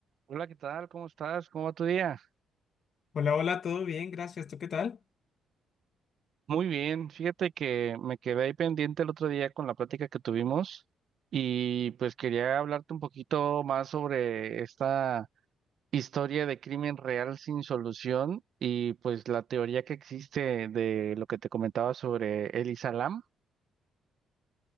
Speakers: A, on the right; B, on the left.
A: Hola, ¿qué tal? ¿Cómo estás? ¿Cómo va tu día?
B: Hola, hola, todo bien, gracias. ¿Tú qué tal?
A: Muy bien. Fíjate que me quedé ahí pendiente el otro día con la plática que tuvimos y pues quería hablarte un poquito más sobre esta historia de crimen real sin solución y pues la teoría que existe de lo que te comentaba sobre Elisa Lam.